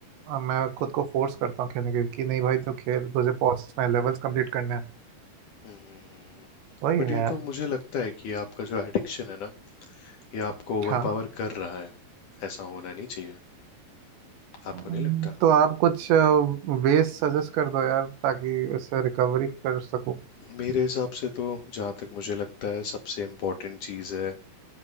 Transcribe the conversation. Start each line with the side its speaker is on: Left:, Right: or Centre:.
Right: अ, मैं खुद को फोर्स करता हूँ खेलने के लिए कि नहीं भाई तो खेल तुझे पहुंचना है लेवल्स कंप्लीट करना है
Left: हम्म।
Right: वही
Left: बट
Right: है यार
Left: ये तो मुझे लगता है कि आपका जो एडिक्शन है ना ये आपको ओवरपावर
Right: हाँ
Left: कर रहा है ऐसा होना नहीं चाहिए आपको
Right: हम्म,
Left: नहीं लगता
Right: तो आप कुछ वेज सजेस्ट कर दो यार ताकि इससे रिकवरी कर सकूँ
Left: मेरे हिसाब से तो जहाँ तक मुझे लगता है सबसे इम्पोर्टेंट चीज़ है